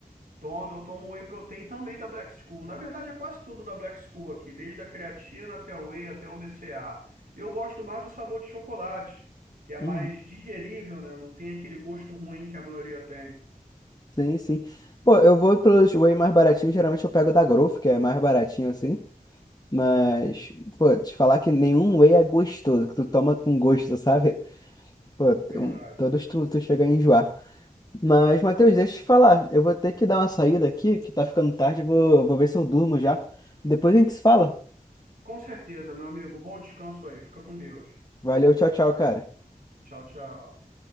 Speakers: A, on the right; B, on the left.
A: Tomo, eu tomo whey protein também da Black School. Na verdade, é quase tudo da Black School aqui, desde a creatina até o whey, até o BCA. Eu gosto mais do sabor de chocolate, que é mais
B: Hum,
A: digerível, né? Não tem aquele gosto ruim que a maioria tem.
B: sim, sim. Pô, eu vou pelos whey mais baratinhos, geralmente eu pego da Growth, que é mais baratinho assim. Mas, pô, te falar que nenhum whey é gostoso, que tu toma com gosto, sabe? Pô, tu-
A: Verdade.
B: todos tu, tu chega a enjoar. Mas, Matheus, deixa eu te falar. Eu vou ter que dar uma saída aqui, que tá ficando tarde. Vou, vou ver se eu durmo já. Depois a gente se fala.
A: Com certeza, meu amigo. Bom descanso aí. Fica com Deus.
B: Valeu, tchau, tchau, cara.
A: Tchau, tchau.